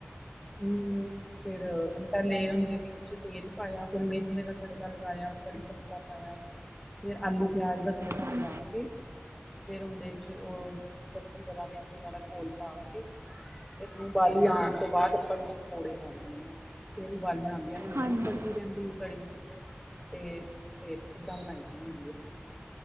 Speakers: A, in the centre; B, on the right (about 80°).
A: ਹੂ ਫਿਰ ਪਹਿਲੇ ਹੁੰਦੇ ਵੀ ਵਿੱਚ ਤੇਲ ਪਾਇਆ ਫਿਰ ਮੇਥਰੇ ਦਾ ਤੜਕਾ ਲਗਾਇਆ ਕੜੀ ਪੱਤਾ ਪਾਇਆ ਫੇਰ ਆਲੂ ਪਿਆਜ ਦਾ ਤੜਕਾ
B: ਹਾਂਜੀ
A: ਲਗਾ ਕੇ ਫੇਰ ਉਨੂੰ ਦੇ ਚ ਉਹ ਲੱਸੀ ਵਾਲਾ ਵੇਸਣ ਵਾਲਾ ਘੋਲ ਪਾ ਕੇ ਫਿਰ ਉਹਨੂੰ ਉਬਾਲੀ ਆਣ ਤੋਂ ਬਾਅਦ ਆਪਾਂ ਵਿੱਚ ਪਕੌੜੇ ਪਾ ਦੇਣੇ ਆ ਫੇਰ ਉਬਾਲੀਆਂ ਵ ਰਹਿੰਦੀਆਂ
B: ਹਾਂਜੀ ਹਾਂਜੀ
A: ਨੇ ਘੜਦੀ ਰਹਿੰਦੀ ਕੜੀ ਤੇ ਫੇਰ ਏਦਾਂ ਬਣਾਈ ਦੀ ਹੁੰਦੀ ਏ